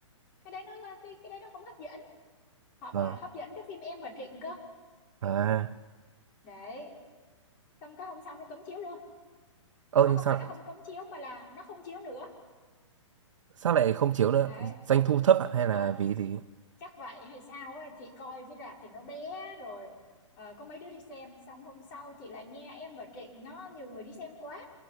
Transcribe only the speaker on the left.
cái đấy nó cái cái đấy nó không hấp dẫn họ bảo
hấp dẫn cái phim em và Trịnh cơ
đấy xong cái hôm sau nó cấm chiếu luôn
à,
không
phải nó không cấm chiếu mà là nó không chiếu nữa
đấy
Ờ,
chắc vậy hay sao á chị coi cái rạp thì nó bé rồi ờ, có mấy đứa đi xem xong hôm sau chị lại nghe em và Trịnh nó nhiều người đi xem quá